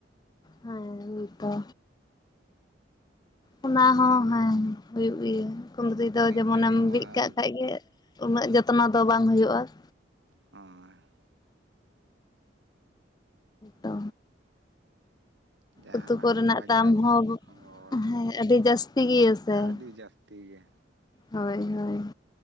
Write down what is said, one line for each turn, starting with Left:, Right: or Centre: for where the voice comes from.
Left: ᱦᱮᱸ ᱱᱤ ᱛᱚ᱾ ᱚᱱᱟ ᱦᱚᱸ ᱦᱮᱸ ᱦᱩᱭᱩᱜ ᱜᱮᱭᱟ ᱾ ᱠᱩᱸᱫᱽᱨᱤ
Right: ᱠᱤᱨᱤᱧ
Left: ᱫᱚ ᱡᱮᱢᱚᱱᱮᱢ
Right: ᱞᱟᱹᱜᱤᱫ ᱱᱚᱣᱟ
Left: ᱵᱤᱫ ᱠᱟᱜ ᱠᱷᱟᱡ ᱜᱮ ᱩᱱᱟᱹᱜ ᱡᱚᱛᱱᱚ ᱫᱚ ᱵᱟᱝ ᱦᱩᱭᱩᱜᱼᱟ ᱾
Right: <inaudible>
Left: ᱫᱚ
Right: ᱡᱟᱦᱟᱱᱟᱜ
Left: ᱩᱛᱩ ᱠᱚᱨᱮᱱᱟᱜ
Right: ᱜᱮ ᱵᱟᱡᱟᱨ
Left: ᱛᱟᱢ ᱦᱚᱸ
Right: ᱦᱳᱭ
Left: ᱦᱮᱸ ᱟᱹᱰᱤ ᱡᱟᱹᱥᱛᱤ ᱜᱮᱭᱟ ᱥᱮ
Right: ᱟᱹᱰᱤ
Left: ᱾
Right: ᱡᱟᱹᱥᱛᱤ ᱜᱮ
Left: ᱦᱳᱭ ᱦᱳᱭ ᱾